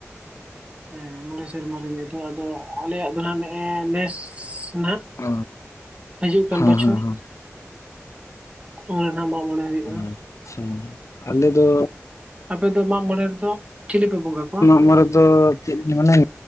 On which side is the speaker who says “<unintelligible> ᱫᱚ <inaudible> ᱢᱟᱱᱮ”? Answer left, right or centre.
Left